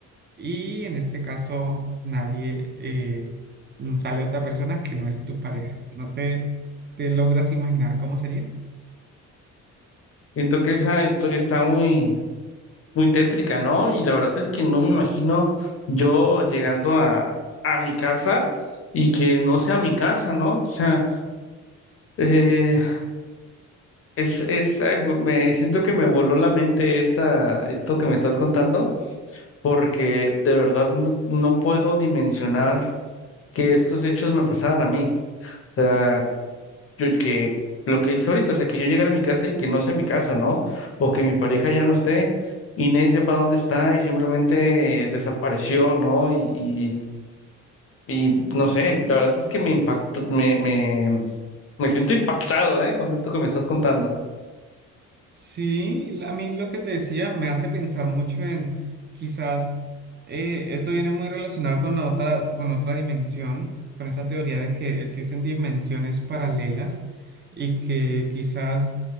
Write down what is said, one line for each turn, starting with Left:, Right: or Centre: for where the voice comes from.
Right: Y en este caso, nadie eh, mm, sale otra persona que no es tu pareja. ¿No te, te logras imaginar cómo sería?
Left: Siento que esa historia está muy, muy tétrica, ¿no? Y la verdad es que no me imagino yo llegando a, a mi casa y que no sea mi casa, ¿no? O sea, eh, es, es, ay, me siento que me voló la mente esta, esto que me estás contando, porque de verdad no, no puedo dimensionar que estos hechos me pasaran a mí. O sea, yo- que lo que hice ahorita, o sea, que yo llegara a mi casa y que no sea mi casa, ¿no? O que mi pareja ya no esté y nadie sepa dónde está y simplemente eh, desapareció, ¿no? Y, y, y no sé, la verdad es que me impactó, me, me, me siento impactado, ¿eh? Con esto que me estás contando.
Right: Sí, la- a mí lo que te decía me hace pensar mucho en quizás eh, esto viene muy relacionado con la otra, con otra dimensión, con esa teoría de que existen dimensiones paralelas y que quizás,